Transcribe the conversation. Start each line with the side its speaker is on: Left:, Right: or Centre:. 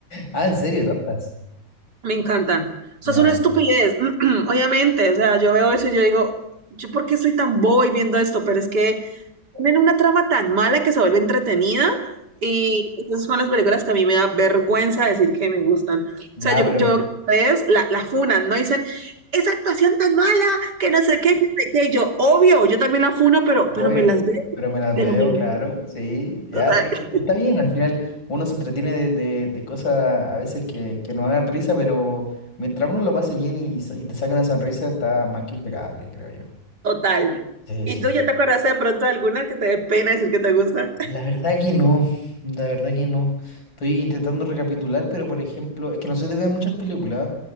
Left: Ah, ¿en serio? ¿Tantas?
Right: Me encantan. Eso
Left: Ya.
Right: es una estupidez, <clears throat> obviamente. O sea, yo veo eso y yo digo, ¿yo por qué soy tan boba y viendo esto? Pero es que tienen una trama tan mala que se vuelve entretenida y esas son las películas que a mí me da vergüenza decir que me gustan. O
Left: Ya,
Right: sea, yo,
Left: pero...
Right: yo veo que ustedes la, la funan, ¿no? Dicen, esa actuación tan mala, que no sé qué, que no sé qué. Y yo, obvio, yo también la funo, pero,
Left: Obvio.
Right: pero me las veo,
Left: Pero me las
Right: pero
Left: veo,
Right: me
Left: claro. Sí. Ya,
Right: las
Left: pero
Right: veo.
Left: está bien. Al final uno se entretiene de, de- de cosas a veces que, que no hagan risa, pero mientras uno lo pase bien y, y te saca una sonrisa, está más que impecable, creo yo.
Right: Total.
Left: Sí,
Right: ¿Y
Left: sí.
Right: tú ya te acuerdas de pronto de alguna que te dé pena decir que te gusta?
Left: La verdad que no, la verdad que no. Estoy intentando recapitular, pero por ejemplo, es que no soy de ver muchas películas.